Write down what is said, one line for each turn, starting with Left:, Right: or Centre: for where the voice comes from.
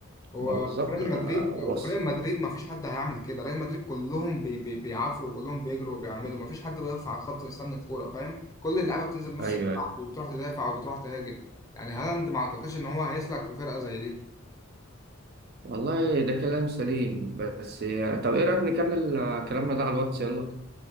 Left: هو
Right: ما هو بالظبط
Left: في ريال
Right: آه،
Left: مدريد
Right: وصف
Left: وفي ريال مدريد ما فيش حد هيعمل كده ريال مدريد كلهم بي بي بيعافروا كلهم بيجروا وبيعملوا ما فيش حد بيقف على الخط مستني الكوره فاهم كل اللعيبه بتنزل نص
Right: ايوه
Left: الملعب
Right: أيوة.
Left: وبتروح تدافع وبتروح تهاجم يعني هالاند ما اعتقدش ان هو هيسلك في فرقه زي دي
Right: والله ده كلام سليم بس طب ايه رايك نكمل آه، كلامنا ده على الواتس يلا